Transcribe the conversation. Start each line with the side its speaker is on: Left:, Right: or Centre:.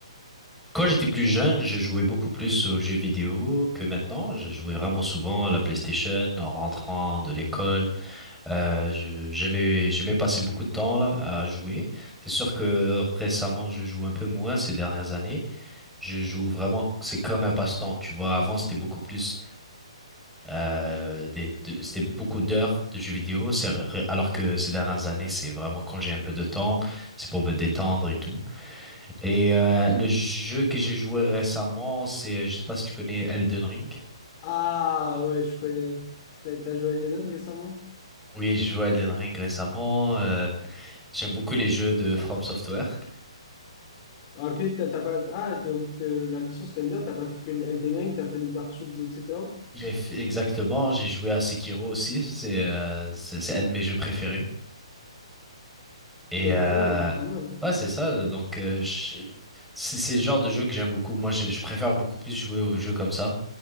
Centre: quand j'étais plus jeune, je jouais beaucoup plus aux jeux vidéo que maintenant. Je jouais vraiment souvent à la PlayStation en rentrant de l'école. Euh, je- j'aimais, j'aimais passer beaucoup de temps là à jouer. C'est sûr que récemment, je joue un peu moins ces dernières années. Je joue vraiment, c'est comme un passe-temps, tu vois. Avant, c'était beaucoup plus, euh, des, de- c'était beaucoup d'heures de jeux vidéo. C'est- alors que ces dernières années, c'est vraiment quand j'ai un peu de temps, c'est pour me détendre et tout. Et euh, le jeu que j'ai joué récemment, c'est, euh, je sais pas si tu connais Elden Ring.
Left: Ah ouais, je connais. T'as, t'as joué à Elden Ring récemment?
Centre: Oui, j'ai joué à Elden Ring récemment. euh, j'aime beaucoup les jeux de From Software.
Left: Ah, Ok, t'as t'as pas... Ah, donc t'es- la licence t'aimes bien, t'as pas fait que le Elden Ring, t'as fait les Dark Souls, etc.
Centre: J'ai fait- exactement, j'ai joué à Sekiro aussi. C'est euh, c'est c'est un de mes jeux préférés. Et
Left: Ok,
Centre: euh,
Left: pas mal.
Centre: ouais, c'est ça. Donc euh, je- c'est c'est le genre de jeu que j'aime beaucoup. Moi, je, je préfère beaucoup plus jouer aux jeux comme ça.